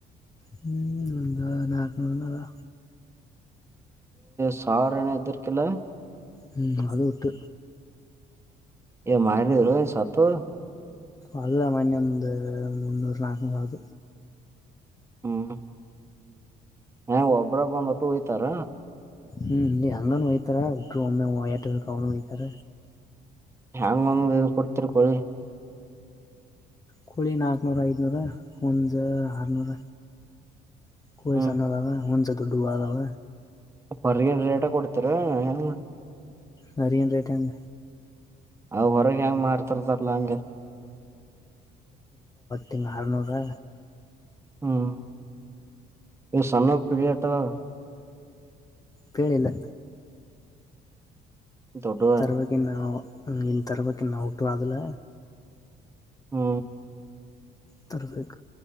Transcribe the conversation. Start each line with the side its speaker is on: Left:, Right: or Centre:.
Left: ಹ್ಮ್ ಒಂದ ನಲ್ಕನೂರು ನಾರಾ
Right: ಸಾರನ ಎದರ್ಕಲ್ಲ
Left: ಹ್ಮಞ ಅದು ಇಟ್ಟು
Right: ಏ ಮಾಡಾರಿದರು ಸತ್ತು
Left: ಅಲ್ಲ ಮನ್ನೆ ಒಂದು ಮುನ್ನೂರು ನಾಲ್ಕು ಆಗ
Right: ಹ್ಮ್ ಹ ಒಬ್ರ ಬಂದ್ಟ್ಟು ಹಯ್ತಾರ
Left: ಹ್ಮ್ ನೀ ಹಂಗಾನ ಹಯ್ತಾರ ಹಟ್ರು ಒಮ್ಮೆಯಟ ಅವನು ಹಯ್ತಾರ
Right: ಹೆ್ಯಾಂಗ ಒಂದ ಕೊಡ್ತಿರ್ ಕೋಳಿ
Left: ಕೋಳಿ ನಾಕುನೂರ ಐದುನೂರ ಒಂದು ಆರ್ನೂರ ಕೊಯ
Right: ಹ್ಮ್
Left: ಸ ನದಾವ ಹುನ್ಚ ತುಡ್ಡುಬದಾವ
Right: ಹೊರಿಗ ರೇಟ ಕೊಡ್ತಿೀರ ಏನ್ ಮಾಡ
Left: ನಾರಿಯನು ರೇಟಂಗ
Right: ಅವ್ ಹೊರಗೆ ಹೆಂಗ ಮಾಡ್ತಾರದರ್ಲ್ಲಾ ಹಂಗಗೆ
Left: ತ್ತ ಅರನೂರು
Right: ಹ್ಮ್ ನೀ ಸಣ್ಣ ಪಿಳಿಯಾಟದ
Left: ಹೇಳೇಳಿಲ್ಲ
Right: ದೊಡ್ಡ
Left: ತರವಾಗಿಕ ನ ಇನ್ನು ತರವಾಗಿಕ ನ ಔಟು ಅದಲ್ಲ
Right: ಹ್ಮ
Left: ತ್ತರ್ಸ